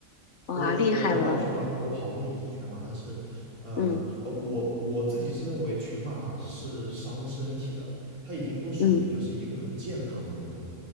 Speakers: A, on the left; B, on the right.
A: 哇，
B: 我我我能跑全马的，
A: 厉害了。
B: 我跑过一次全马，但是，呃呃，
A: 嗯
B: 我我自己是认为全马是伤身体的，它已经不属于就是一个很健康的运动了。
A: 嗯，